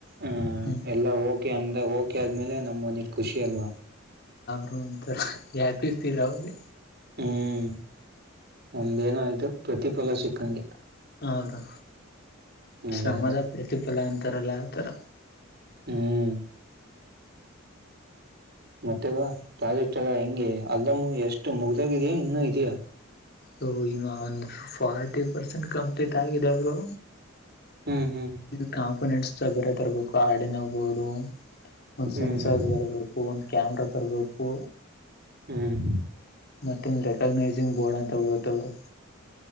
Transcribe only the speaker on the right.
ಆಹ
ಎಲ್ಲಾ ಹೋಗಿ ೆ ಅಂದ್ರ ಓಕೆ ಆದ್ಮೇಲೆ ನಮ್ ಮನಿಟ್ ಖುಷಿ ಅಲ್ವಾ
ಹ್ಮ್ ಒಂದೇನಾಯಯ್ತು ಪ್ರತಿಫಲ ಸಿಕ್ಕಂಗೆ
ಅದೇ ಅದೇ
ಹ್ಮ್ ಮತ್ತೆವಾ ಪ್ರಾಜೆಕ್ಟ್ ಎಲ್ಲಾ ಹೆಂಗೆ ಅಲ್ದ ಎಷ್ಟು ಮುಗ್ದಾಗಿದಯಾ ಇನ್ನುೂ ಇದಯಾ
ಹ್ಮ್ ಹ್ಮ್
ಹ್ಮ್
ಹ್ಮ್
ಹ್ಮ್